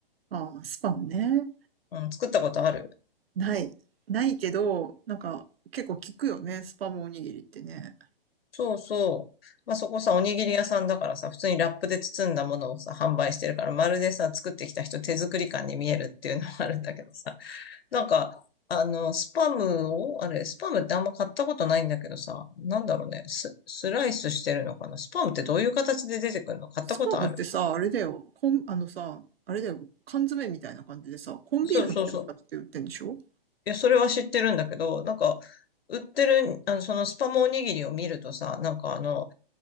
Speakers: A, on the right; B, on the left.
A: ああ、スパムね。
B: うん、作ったことある。
A: ない。ないけど、なんか、結構聞くよね、スパムおにぎりってね。
B: そうそう。まあそこさ、おにぎり屋さんだからさ、普通にラップで包んだものをさ、販売してるから、まるでさ、作ってきた人手作り感に見えるっていうのもあるんだけどさ。なんか、あの、スパムを、あれ、スパムってあんま買ったことないんだけどさ、なんだろうね、ス、スライスしてるのかなスパムってどういう形で出てくるの買ったことある
A: スパムってさ、あれだよ、コン、あのさ、あれだよ、缶詰みたいな感じでさ、コンビーフみたいな感じで売ってんでしょ
B: そうそうそう。いや、それは知ってるんだけど、なんか、売ってる、あの、そのスパムおにぎりを見るとさ、なんかあの、